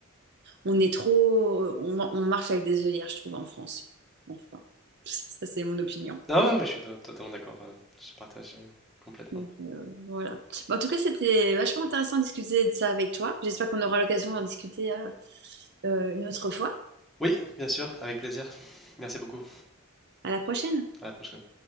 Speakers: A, on the right; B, in the centre.
A: on est trop, on, on marche avec des œillères, je trouve, en France. Enfin, ça c'est mon opinion.
B: Non, non, mais je suis de- totalement d'accord. euh, Je partage euh, complètement.
A: Donc euh, voilà. Bon, en tout cas, c'était vachement intéressant de discuter de ça avec toi. J'espère qu'on aura l'occasion d'en discuter euh, euh, une autre fois.
B: Oui, bien sûr, avec plaisir. Merci beaucoup.
A: À la prochaine.
B: À la prochaine.